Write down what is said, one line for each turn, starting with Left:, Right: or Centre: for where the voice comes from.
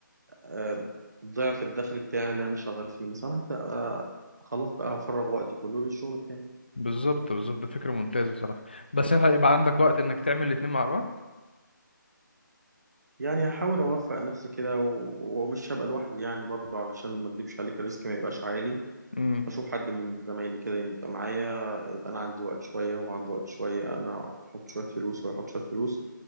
Right: آه، ضعف الدخل بتاعي اللي انا شغال فيه مثلا هبدا آه، خلاص بقى هفرغ وقتي كله للشغل التاني
Left: بالظبط بالظبط ده فكرة ممتازة صراحة بس انت هيبقى عندك وقت انك تعمل الاتنين مع بعض
Right: يعني هحاول اوفق نفسي كده و- ومش هبقى لوحدي يعني برضه علشان ما اكدبش عليك الريسك ما يبقاش عالي
Left: امم
Right: اشوف حد من زمايلي كده يبقى معايا يبقى انا عندي وقت شويه وهو عنده وقت شويه انا احط شويه فلوس وهو يحط شويه فلوس